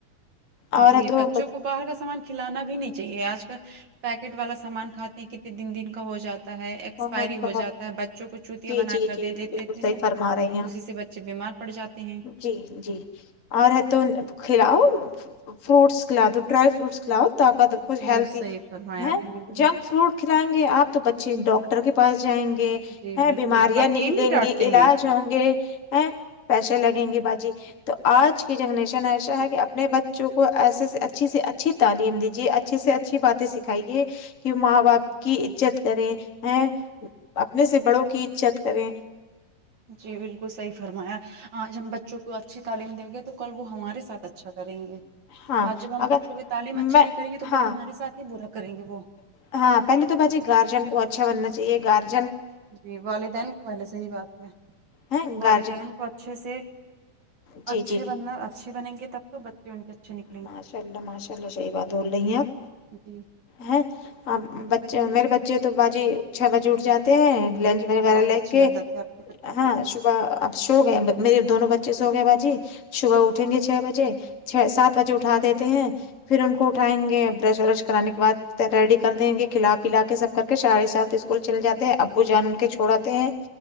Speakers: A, on the left; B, on the right.
A: اور
B: جی
A: تو
B: بچوں کو باہر کا سامان کھلانا بھی نہیں چاہیے آج کل پیکٹ والا سامان کھا کتنے دن دن کا ہو جاتا ہے ایکسپائری
A: بہت
B: ہو
A: بہت
B: جاتا ہے بچوں کو چوتیا
A: جی
B: بنا
A: جی
B: کر
A: جی
B: دے دیتے
A: بالکل
B: ہیں
A: صحیح فرما رہی ہیں آپ
B: اسی سے بچے بیمار پڑ جاتے ہیں
A: جی جی اور ہے توں کھلاؤ نہ فروٹس کھلا دو ڈرائی فروٹس کھلاؤ طاقت کچھ
B: جو
A: ہیلدی
B: صحیح فرمایا
A: ہے
B: آپ نے بالکل
A: جنک فروٹ کھلائیں گے آپ تو بچے ڈاکٹر کے پاس جائیں گے
B: جی
A: ا
B: بالکل
A: بیماریاں
B: حکیم
A: نکلیں
B: بھی ڈانٹتے
A: گے علاج
B: ہیں
A: ہوں گے ا پیسے لگیں گے باجی تو آج کی جنریشن ایسا ہے کہ اپنے بچوں کو ایسے سے اچھی سے اچھی تعلیم دیجیے اچ ھی سے اچھی باتیں سکھائیے کہ ماں باپ کی عزت کریں یں اپنے سے بڑوں کی عزت کریں
B: جی بالکل صحیح فرمایا آج ہم بچوں کو اچھی تعلیم دیں گے تو کل وہ ہمارے ساتھ اچھا کریں گے
A: ہاں
B: آج جب ہم
A: اگر
B: بچوں کی تعلیم اچھیے
A: میں
B: نہیں کریں گے تو کل
A: ہاں
B: ہمارے ساتھ ہی برا کریں گے وہ
A: ہاں پہے تو بات جی گارجن کو اچھا بننا چاہے گ
B: جی والدین پہلے صحیح بات ہے
A: ہیں
B: والدین
A: گارجن
B: کو اچھے سے
A: جی
B: اچھے
A: جی
B: بننا اچھے بنیں گے تب تو بچے ان کے اچھے نک
A: ماشاء اللہ ماشاء اللہ صحیح بات بول رہی ہیں آپ
B: جی
A: ہے اب بچے میرے بچے تو باجی چھ بجے اٹھ جاتے تے ہیں
B: ماشاءاللہ،
A: لنچ وغیرہ
B: بہت
A: لے
B: اچھی
A: کے
B: عادت ہے آپ کے بچوں
A: ہاں
B: کی
A: ص بح اب سو گئے میرے دونوں بچے سو گئے باجی صبح اٹھیں گے چھ بجے چھ سات بجے اٹھا دیتے ہیں پھر ان کو اٹھائیں گے برش وورش کرانے کے بعد ریڈی کر دیں گے کھلا پلا کے سب کر کے ساڑھے سات اس کول چلے جاتے ہیں ابو جان ان کے چھوڑ آتے ہیں